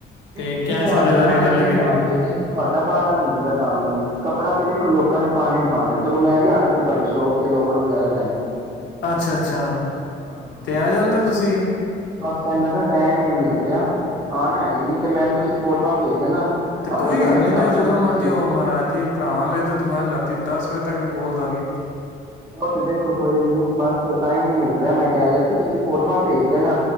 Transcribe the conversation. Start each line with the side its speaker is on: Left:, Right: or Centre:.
Right: ਦੇਖੋ
Left: ਤੇ
Right: ਫਿਰ
Left: ਕੈਸ਼
Right: ਤੁਹਾਡਾ
Left: ਵਾਲੇ ਦਾ ਰੇਟ
Right: ਅਲੱਗ ਹਿਸਾਬ
Left: ਹੈਗਾ
Right: ਜੇ ਦੇਖੋ ਤੁਹਾਡਾ ਬਾਰਾਂ ਮਹੀਨੇ ਦਾ ਕੰਮ ਹੈ ਕਪੜਾ ਤੇ ਵੇਖੋ ਲੋਕਾਂ ਨੇ ਪਾਣਾ ਹੀ ਪਾਉਣਾ ਸਗੋਂ ਮੈਂ ਵੀ ਆਉਣਾ ਸੀ ਤੁਹਾਡੀ ਸ਼ੋਪ ਤੇ ਲੋਵਰ ਵਗੈਰਾ ਲੈਣ
Left: ਅੱਛਾ ਅੱਛਾ
Right: ਹਾਂ
Left: ਤੇ ਆ ਜਾਂਦੇ ਤੁਸੀਂ
Right: ਬਸ ਕਹਿੰਦਾ ਫਿਰ ਟੈਮ ਹੀ ਨੀ ਮਿਲ ਰਿਹਾ ਆਉਣਾ ਹੈ ਨਹੀ ਤੇ ਮੈਨੂੰ ਤੁਸੀਂ ਫੋਟੋਆਂ ਭੇਜ ਦੇਣਾ
Left: ਤੇ
Right: ਆਪਣਾ
Left: ਕੋਈ
Right: ਪੇਮੈਂਟ
Left: ਗੱਲ ਨਹੀ
Right: ਕਰ
Left: ਤੁਸੀਂ ਜਦੋਂ
Right: ਦਾਂਗਾ
Left: ਮਰਜ਼ੀ
Right: ਤੁਸੀਂ
Left: ਆਓ ਮਹਾਰਾਜ ਜੀ ਭਰਾਵਾਂ ਲਈ ਤੇ ਦੁਕਾਨ ਰਾਤੀ ਦਸ ਵਜੇ ਤੱਕ ਵੀ ਖੋਲ ਦਵਾਂਗੇ
Right: ਉਹ ਤੇ ਦੇਖੋ ਕੋਈ ਨੀ ਬਸ ਟਾਈਮ ਨੀ ਮਿਲ ਰਿਹਾ ਮੈਂ ਕਹਿ ਰਿਹਾ ਸੀ ਤੁਸੀਂ ਫੋਟੋਆਂ ਭੇਜ ਦੇਣਾ